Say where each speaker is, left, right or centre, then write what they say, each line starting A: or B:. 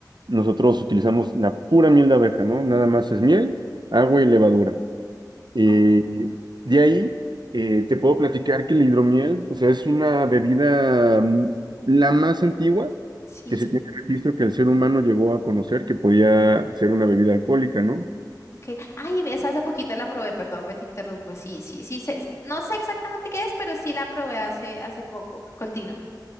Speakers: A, on the right; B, on the left.
A: nosotros utilizamos la pura miel de abeja, ¿no? Nada más es miel, agua y levadura. Eh,
B: Oh,
A: de ahí eh, te puedo platicar que la hidromiel, o sea, es una bebida mm, la más antigua
B: sí,
A: que se tiene registro que el ser humano llegó a conocer que podía ser una bebida alcohólica, ¿no?
B: ok. Ay, ves, hace poquito la probé, perdón, me te interrumpo. Sí, sí, sí, sé- no sé exactamente qué es, pero sí la probé hace, hace poco. Continúa.